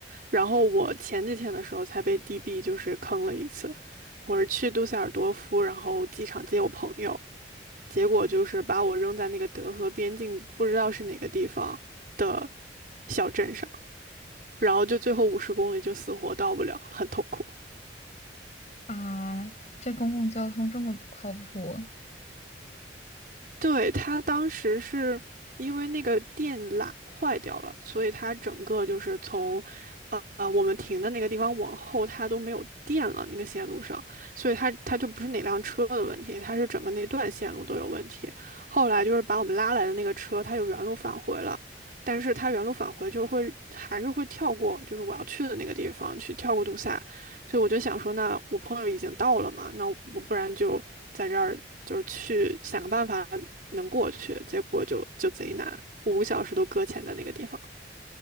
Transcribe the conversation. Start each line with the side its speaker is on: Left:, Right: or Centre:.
Right: 然后我前几天的时候才被 DB 就是坑了一次，我是去杜塞尔多夫，然后机场接我朋友。结果就是把我扔在那个德和边境，不知道是哪个地方的小镇上，然后就最后五十公里就死活到不了，很痛苦。
Left: 啊！这公共交通这么不靠谱，
Right: 对，他当时是因为那个电缆坏掉了，所以他整个就是从，呃呃，我们停的那个地方往后，它都没有电了，那个线路上，所以它它就不是哪辆车的问题，它是整个那段线路都有问题。后来就是把我们拉来的那个车，它就原路返回了，但是它原路返回就是会还是会跳过，就是我要去的那个地方去跳过堵塞，所以我就想说，那我朋友已经到了嘛，那我不然就在这儿就是去想个办法能过去，结果就就贼难，五个小时都搁浅在那个地方。